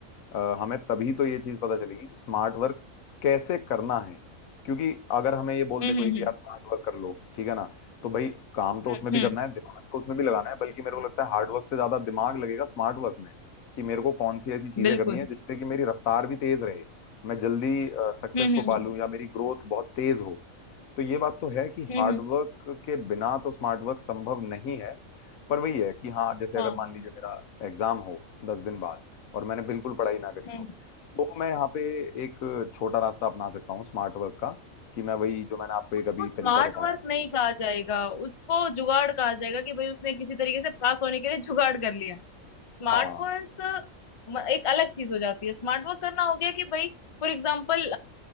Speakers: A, on the left; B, on the left.
A: अ, हमें तभी तो ये चीज पता चलेगी कि स्मार्ट वर्क कैसे करना है क्योंकि अगर हमें ये बोल
B: हम्म
A: दे कोई
B: हम्म
A: कि
B: हम्म
A: यार स्मार्ट वर्क कर लो ठीक है ना तो भाई काम तो उसमें
B: हम्म,
A: भी
B: हम्म,
A: करना है दिमाग तो उसमें भी लगाना है बल्कि मेरे को लगता है हार्ड वर्क से ज्यादा दिमाग लगेगा स्मार्ट वर्क में कि मेरे को कौन सी ऐसी चीजें
B: बिल्कुल
A: करनी है जिससे कि मेरी रफ्तार भी तेज रहे मैं जल्दी सक्सेस
B: हम्म
A: को
B: हम्म
A: पालूं
B: हम्म
A: या मेरी ग्रोथ बहुत तेज हो तो ये बात तो है कि
B: हम्म,
A: हार्ड
B: हम्म,
A: वर्क के बिना तो स्मार्ट वर्क संभव नहीं है पर वही है कि हाँ जैसे
B: हाँ
A: अगर मान लीजिए मेरा एग्जाम हो दस दिन बाद और मैंने बिल्कुल पढ़ाई ना करी
B: हम्म
A: हो तो मैं यहाँ पे एक छोटा रास्ता अपना सकता हूँ स्मार्ट वर्क का कि मैं वही जो मैंने आपको एक
B: उसको
A: अभी
B: स्मार्ट
A: तरीका बताया
B: वर्क नहीं कहा जाएगा उसको जुगाड़ कहा जाएगा कि भाई उसने किसी तरीके से पास होने के लिए जुगाड़ कर लिया स्मार्ट
A: हाँ
B: वर्क एक अलग चीज हो जाती है स्मार्ट वर्क करना हो गया कि भाई फॉर एग्जाम्पल